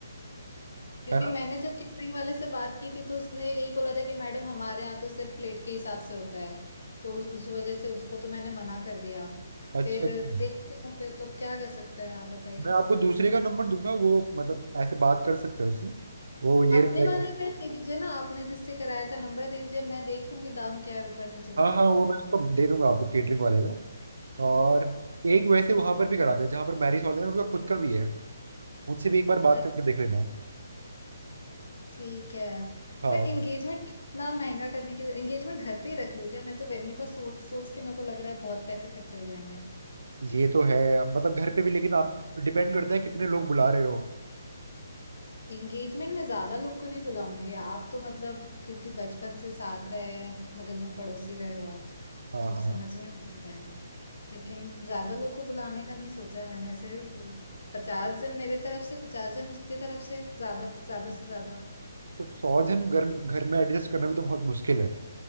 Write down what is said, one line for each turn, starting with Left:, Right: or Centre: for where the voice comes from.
Left: क्योंकि
Right: है ना
Left: मैंने जब केटरिंग वाले से बात की थी तो उसने यही बोला था कि मैडम हमारे यहाँ तो सिर्फ प्लेट के हिसाब से होता है तो उस, उस वजह से उसको तो मैंने मना कर दिया
Right: अच्छा
Left: फिर
Right: अच्छा
Left: देखते हूँ फिर तो अब क्या कर सकते हैं आप बताइए
Right: मैं आपको दूसरे का नंबर दूंगा वो मतलब ऐसे बात कर सकते हैं उससे वो ये
Left: अपने
Right: रहता है
Left: वाले
Right: कि-
Left: का दे दीजिए ना आपने जिससे कराया था नंबर दे दीजिए मैं देख लूंगी दाम क्या है ऊपर नीचे करके
Right: हाँ हाँ वो
Left: थोड़ा
Right: मैं उसको दे दूंगा आपको केटरिंग वाले का और एक वैसे वहां पर भी कराते हैं जहाँ पर मैरिज हॉल है ना उनका खुद का भी है उनसे भी एक बार बात
Left: अच्छा
Right: करके देख लेना
Left: ठीक है
Right: हाँ
Left: पर एंगेजमेंट इतना महंगा करने की एंगेजमेंट घर पे ही रख लूँ क्या मैं तो वेन्यू का सोच सोच के मेरे को लग रहा है बहुत पैसे खर्चे हो जाएंगे
Right: ये तो है मतलब घर पे भी लेकिन आप डिपेंड करता है कितने लोग बुला रहे हो
Left: एंगेजमेंट में ज्यादा लोग को नहीं बुलाऊंगी आप तो मतलब क्योंकि बचपन से साथ रहे हैं बगल में पड़ोसी रहे हो आप
Right: हाँ
Left: तो वो
Right: हाँ
Left: समझ में आता है लेकिन ज्यादा लोग को बुलाने का नहीं सोचा है मैंने ऐसे पचास जन मेरे तरफ से पचास जन उसके तरफ से ज्यादा ज्यादा से ज्यादा
Right: तो सौ जन घर घर में एडजस्ट करना भी तो बहुत मुश्किल है